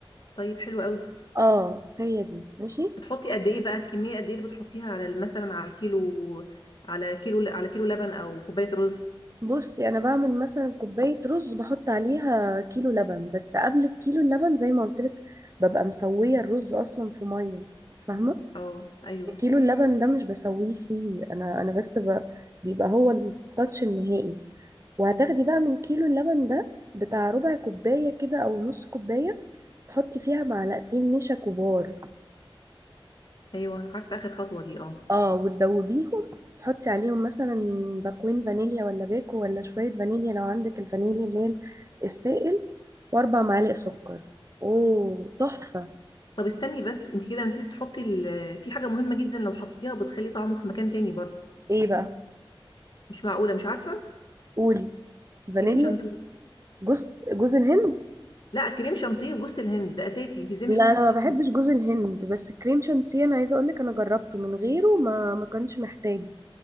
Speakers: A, on the left; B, on the right.
A: طيب حلو قوي
B: اه هي دي ماشي
A: بتحطي قد ايه بقى الكميه قد ايه اللي بتحطيها على ال- مثلا على الكيلو على كيلو على كيلو لبن او كوبايه رز
B: بصي انا بعمل مثلا كوبايه رز بحط عليها كيلو لبن بس قبل الكيلو اللبن زي ما قلت لك ببقى مسويه الرز اصلا في ميه فاهمه
A: اه ايوه
B: كيلو اللبن ده مش بسويه فيه انا انا بس ب... بيبقى هو التاتش النهائي وهتاخدي بقى من كيلو اللبن ده بتاع ربع كوبايه كده او نص كوبايه تحطي فيها معلقتين نشا كبار
A: ايوه عارفه اخر خطوه دي اه
B: اه وتدوبيهم تحطي عليهم مثلا باكوين فانيليا ولا باكو ولا شوية فانيليا لو عندك الفانيليا اللي هي السائل واربع معالق سكر اوه تحفة
A: طب استني بس انت كده نسيتي تحطي ال... في حاجه مهمه جدا لو حطيتيها بتخلي طعمه في مكان تاني برضو
B: ايه بقى
A: مش معقوله مش عارفه
B: قولي فانيليا
A: كريم شانتيه
B: جوز جوز الهند
A: لا كريم شانتيه وجوز الهند ده اساسي انت ازاي مش
B: لا
A: بتحطيهم
B: انا ما بحبش
A: اصلا
B: جوز الهند بس كريم شانتيه انا عايزه اقول لك انا جربته من غيره ما ما كانش محتاج